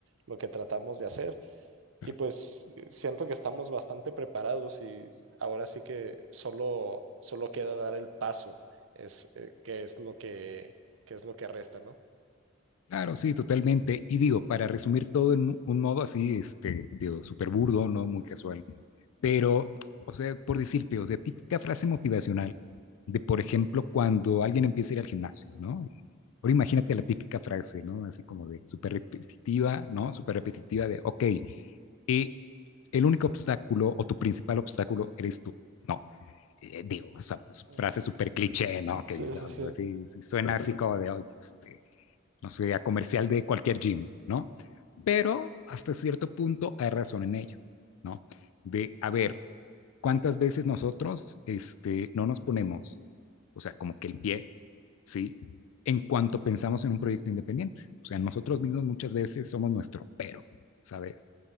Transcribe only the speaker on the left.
claro.
Claro, sí, totalmente. Y digo, para resumir todo en un modo así, este, digo, súper burdo, ¿no? Muy casual. Pero, o sea, por decirte, o sea, típica frase motivacional de, por ejemplo, cuando alguien empieza a ir al gimnasio, ¿no? Ahora imagínate la típica frase, ¿no? Así como de súper repetitiva, ¿no? Súper repetitiva de, ok, eh, el único obstáculo o tu principal obstáculo eres tú, ¿no? Eh, digo, o sea, s-
frase súper cliché, ¿no?
Que dices,
"Oye,
sí, sí, suena así <laughs> como de, oye, este, no sé, a comercial de cualquier gym, ¿no? Pero hasta cierto punto hay razón en ello, ¿no? De, a ver, ¿cuántas veces nosotros este, no nos ponemos, o sea, como que el pie, ¿sí? En cuanto pensamos en un proyecto independiente. O sea, nosotros mismos muchas veces somos nuestro pero, ¿sabes?